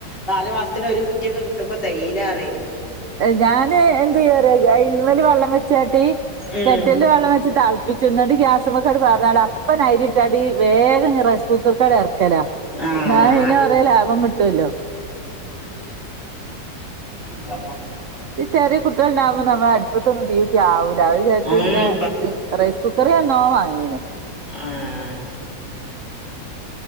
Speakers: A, on the left; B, on the right.
A: നാല് മാസത്തിന് ഒരു കുറ്റിയൊക്കെ കിട്ടുമ്പോ തേകയ്യിലാണ്
B: ഞാന് എന്തീയും അറ്യോ അയ്ല്മല് വെള്ളം വെച്ചാട്ടി
A: ഉം
B: കെറ്റലില് വെള്ളം വെച്ച് ത പി ചുടി ഗ്യാസൊക്കെ പറഞ്ഞ അപ്പന അരിട്ട അടി വേഗംറൈസ് കുക്കർക്കട് ഇറക്കല
A: ആഹ്
B: ന ഇന്ന കുറേ ലാഭം കിട്ടുവല്ലോ
A: ഉെ
B: ത് ചെറിയ കുട്ടികൾ ഉണ്ടാവക്പോ നമ്മൾ അടുപ്പത്തൊന്നും ഡ്യൂട്ടി ആാവൂ രാവ ചച്ചു
A: ഉം
B: പിന്നെ റൈസ് കുക്കറാന്നോാങ്ങ അങ്ങിയനെ
A: ആഹ